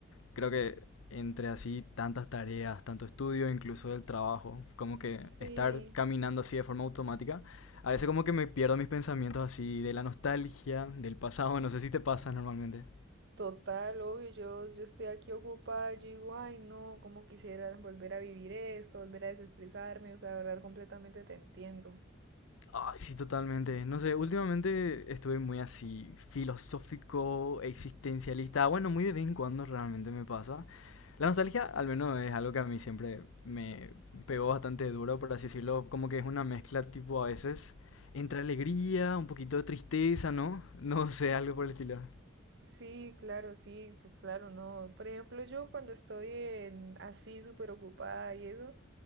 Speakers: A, on the left; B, on the right.
A: creo que entre así tantas tareas, tanto estudio, incluso del trabajo, como que
B: Sí,
A: estar caminando así de forma automática, a veces como que me pierdo mis pensamientos así de la nostalgia, del pasado, no sé si te pasa normalmente.
B: total, obvio, yo, yo estoy aquí ocupada, yo digo, ay no, cómo quisiera volver a vivir esto, volver a desestresarme, o sea, de verdad completamente te entiendo.
A: Ay, sí, totalmente. No sé, últimamente estuve muy así filosófico, existencialista. Bueno, muy de vez en cuando realmente me pasa. La nostalgia, al menos, es algo que a mí siempre me pegó bastante duro, por así decirlo. Como que es una mezcla, tipo, a veces entre alegría, un poquito de tristeza, ¿no? <laughs> No sé, algo por el estilo.
B: Sí, claro, sí, pues claro, no. Por ejemplo, yo cuando estoy en- así súper ocupada y eso,